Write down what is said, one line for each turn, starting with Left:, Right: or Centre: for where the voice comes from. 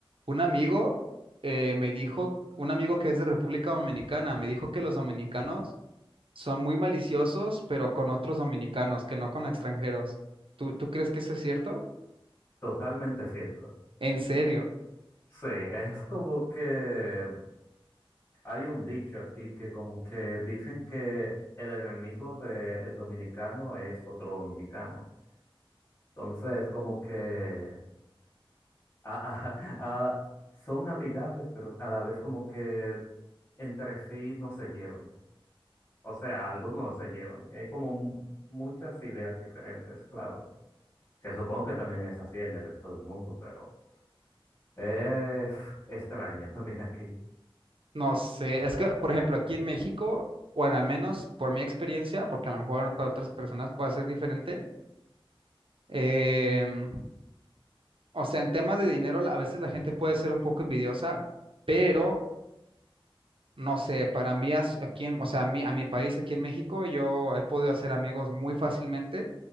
Right: Un amigo eh, me dijo, un amigo que es de República Dominicana, me dijo que los dominicanos son muy maliciosos, pero con otros dominicanos, que no con extranjeros. ¿Tú, tú crees que eso es cierto?
Left: Totalmente cierto.
Right: En serio,
Left: Sí, es como que hay un dicho aquí que como que dicen que el enemigo del dominicano es otro dominicano. Entonces, como que a- a- a- son amigables, pero a la vez como que entre sí no se llevan. O sea, algunos no se llevan. Hay como mu- muchas ideas diferentes, claro. Que supongo que también es así en el resto del mundo, pero es extraño también aquí.
Right: no sé. Es que, por ejemplo, aquí en México, o en al menos por mi experiencia, porque a lo mejor para otras personas puede ser diferente, em, O sea, en temas de dinero, la- a veces la gente puede ser un poco envidiosa, pero no sé, para mí, as- aquí en- o sea, a mí, a mi país, aquí en México, yo he podido hacer amigos muy fácilmente